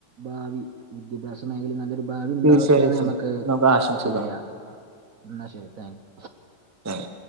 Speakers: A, on the right; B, on the right.
A: ഭാവി. വിദ്യാഭ്യാസ മേഖലയിയിൽ നല്ലൊരു. ഭാവി ഉണ്ടാവട്ടെന്ന്
B: തീർച്ചയായും
A: നമുക്ക്
B: ആശംസിക്കാം
A: പറയാം. എന്നാ ശരി താങ്ക് യു.
B: ഹായ്!